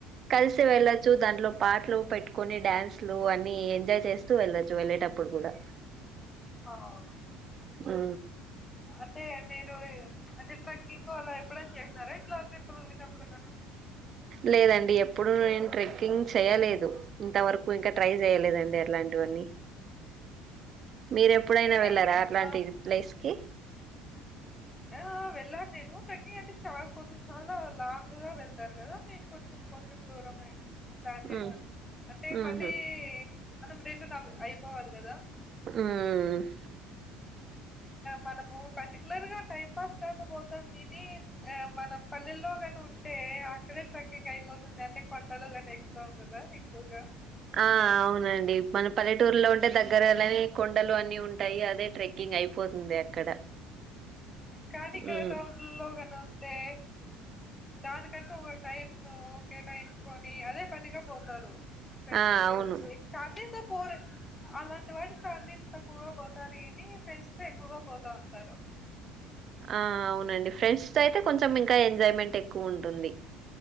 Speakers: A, on the right; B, on the left.
A: కలిసి వెళ్ళొచ్చు దాంట్లో పాటలు పెట్టుకోని డాన్స్ లు అన్ని ఎంజాయ్ తెస్తూ వెళ్ళొచ్చు వెళ్ళేటప్పుడు కూడా
B: అవును
A: మ్
B: అంటే మీరు అంటే ట్రెక్కింగ్ అలా అప్లై చేస్తార ఇట్లా ట్రిపులు విన్నప్పుడు కను
A: లేదండి ఎప్పుడు నేను ట్రిక్కింగ్ చేయలేదు ఇంతవరకు ఇంకా ట్రై చేయలేదండి అట్లాంటివివన్నీ మీరె ఎప్పుడైనా
B: అంటే
A: వెళ్ళారా అట్లాంటి
B: ఆ
A: ప్లేస్ కి
B: ఆ వెళ్ళను నేను ట్రెక్కింగ్ అంటే కొద్ది చాలా లాంగ్ గా వెళ్తారు కదా నే కొంచెం కొంచెం దూరమై ప్లాన్ చేసాము
A: ఉమ్
B: అంటే
A: ఉహు
B: మళ్ళీ అంతమ రేతే <unintelligible> అయిపోవాలి కదా
A: హుమ్
B: మనము పర్టికులర్గా టైమ్ పాస్ కాకపోతాం కాని మనం పనిల్లో కానే ఉంటే అక్కడే ట్రెక్కింగ్ అయిపోతుంది అని పంటలుగానీ ఎక్కుతాం కదా ఎక్కువగా
A: ఆ అవునండి మన పల్లె టూరులో ఉంటే దగ్గర అనే కొండలు అన్ని ఉంటాయి అదే ట్రెక్కింగ్ అయిపోతుంది అక్కడ
B: కానీ ఇక్కడ
A: ఉమ్
B: టౌన్ లో కదా ఉండే దానికంటు ఒక టైమ్ ను కేటాయించుకొని అదే పనిగా పోతారు ఫ్రెండ్స్
A: ఆ అవును
B: లైక్ ఫ్యామిలీతో పోరు అలాంటి వాడు ఫ్యామిలీస్ తో తక్కువగా పోతారు కాని ఫ్రెండ్స్ తో ఎక్కువగా పోతా ఉంటారు
A: ఆ అవునండి ఫ్రెండ్స్ త అయితే కొంచెం ఇంకా ఎంజాయ్మెంట్ ఎక్కువ ఉంటుంది